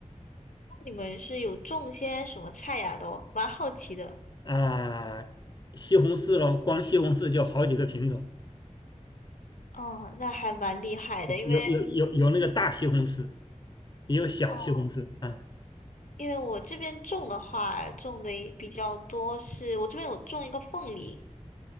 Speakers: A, on the left (about 85°); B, on the left (about 35°).
A: 那你们是有种些什么菜呀？都蛮好奇的。
B: 啊、西红柿咯，光西红柿就好几个品种，
A: 哦，那还蛮厉害的，
B: 有有有有那个大西红柿，
A: 因为
B: 也有小西红柿啊
A: 哦，因为我这边种的话，种的比较多是，我这边有种一个凤梨，